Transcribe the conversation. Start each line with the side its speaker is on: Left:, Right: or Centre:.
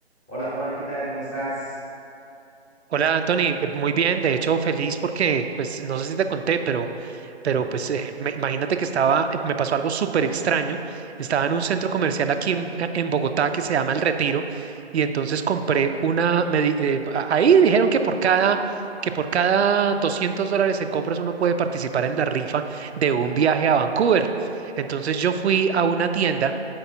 Centre: Hola Juan, ¿qué tal? ¿Cómo estás?
Right: Hola Anthony, Eh, muy bien, de hecho feliz porque, pues no sé si te conté, pero, pero
Centre: Dime.
Right: pues eh, me- imagínate que estaba, eh, me pasó algo súper extraño, estaba en un centro comercial aquí en, eh, en Bogotá que se llama El Retiro y entonces compré una, me di- eh, a- ahí dijeron que por cada, que por cada 200 dólares en compras uno puede participar en la rifa de un viaje a Vancouver. Entonces yo fui a una tienda.